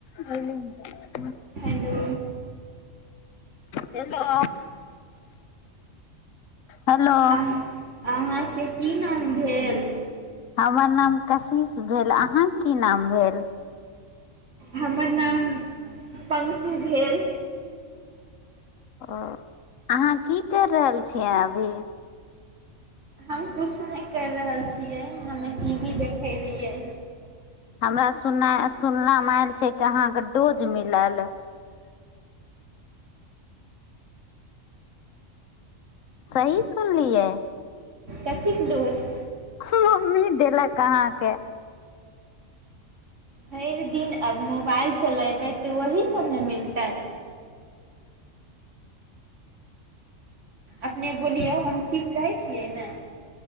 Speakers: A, on the left; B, on the right.
A: भेल। <unintelligible>
B: Hello.
A: Hello. Hello.
B: अह अहाँके की नाम भेल।
A: हमर नाम कशिश भेल अहाँके की नाम भेल।
B: हमर नाम पङकू भेल।
A: ओ अहाँ की कैर रहल छियै अभी।
B: हम कुछू नै कइर रहल छियै हमे टी वी देखै रहियै।
A: हमरा सुन्नाय सुनमे आयल छै कि अहाँके डोज मिलल। सही सुनलियै।
B: Cathay dose.
A: <unintelligible> मम्मी देलक अहाँके।
B: भैर दिन। अब मोबाइल चलेबै। त वही सब न मिलतै। अपने बोलियौ हम ठीक कहै छियै ने।